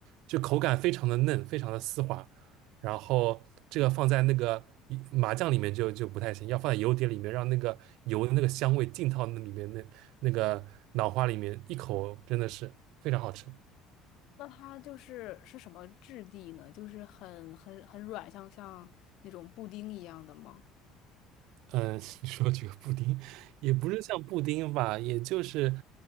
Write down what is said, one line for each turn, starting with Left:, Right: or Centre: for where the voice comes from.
Right: 就口感非常的嫩，非常的丝滑。然后这个放在那个一麻酱里面就就不太行，要放在油碟里面，让那个油的那个香味浸到那里面那那个脑花里面，一口真的是非常好吃。
Left: 那它就是是什么质地呢？就是很很很软，像像那种布丁一样的吗？
Right: 嗯，<laughs> 你说这个布丁，也不是像布丁吧，也就是，